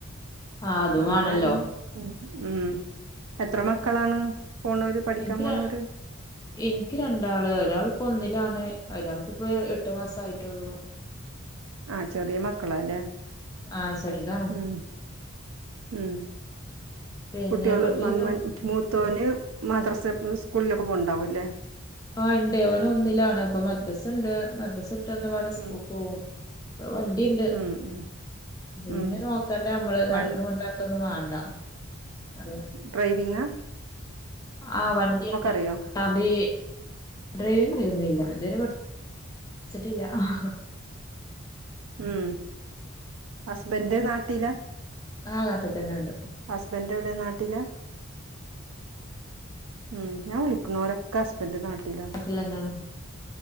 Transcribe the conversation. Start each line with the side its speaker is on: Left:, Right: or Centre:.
Left: ആ അതും
Right: അങ്ങനെ
Left: വാണല്ലോ
Right: ഒരു ഉം എത്ര മക്കളാണ് പോണോര് പഠിക്കാൻ
Left: എനിക്ക്
Right: പോണോര്
Left: ര, എനിക്ക്, രണ്ടാള്. ഒരാള്പ്പൊ ഒന്നിലാണ്. ഒരാക്ക്പ്പൊ എട്ട് മാസയിട്ടൊള്ളൂ.
Right: അ ചെറിയ മക്കളലെ.
Left: ആ ചെറുതാണ്
Right: ഉം. ഉം.
Left: പിന്നെ
Right: കുട്ട്യോള്,
Left: വീട്ടില്
Right: മമ്മൻ,
Left: ത
Right: മൂത്തോന്, മദ്രസ് സ്കൂള്ലൊക്കെ, പോണ്ടാഅല്ലേ?
Left: ആ ണ്ടെ. ഓനൊന്നിലാണ്. അപ്പൊ മദ്രസ്ണ്ട്, മദ്രസ് ന്നപാടെ, സ്കൂൾക്കോവും.
Right: ഉം
Left: പ്പവണ്ടിണ്ട്.
Right: ഉം ഉം ഉം
Left: നിന്നെ നോക്കണ്ട ഞമ്മള് നടന്ന്
Right: വൺ
Left: കൊണ്ടാക്കൊന്നും വാണ്ട അത്
Right: ഡ്രൈവിങ്ങ
Left: ആ വണ്ടിണ്ട്.
Right: അറിയോ
Left: വണ്ടീ ഡ്രൈവിങ്ങറിയൊന്നുല്ല. ഇതെരെ, പട് ച്ട്ടില്ല. അഹ
Right: ഉം. ഹസ്ബന്റ് നാട്ടില
Left: ആഹ് നാട്ടിൽ തന്നെ ഉണ്ട്
Right: ഹസ്ബന്റെവ്ടെ? നാട്ടില ഉം ഞാൻ വിളിക്കണോരൊക്കെ ഹസ്ബന്റ് നാട്ടിലാ.
Left: നാട്ടിലെന്നെയാണ്